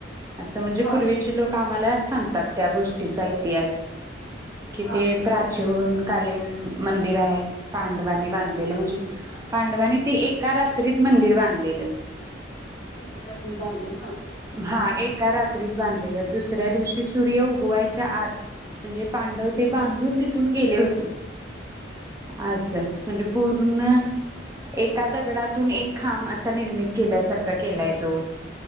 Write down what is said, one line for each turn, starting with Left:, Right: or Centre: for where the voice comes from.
Right: असं म्हणजे पूर्वीचे
Left: हा
Right: लोक आम्हाला. सांगतात त्या गोष्टीचा इतिहास. कि
Left: हा
Right: ते प्राचुन कालीन मंदिर आहे. पांडव वानी बांधलेलं म्हणजे, पांडवांनी ती एका रात्रीत मंदिर बांधलेलं.
Left: एखादा बांधले
Right: हां एक का रात्रीत बांधलेलं दुसऱ्या दिवशी सूर्य उगवायच्या आत. म्हणजे पांडव ते बांधून तिथून गेले होते. आसं म्हणजे पूर्ण एका दगडातून एक खांब असा निर्मित केल्यासारखा केलाय तो.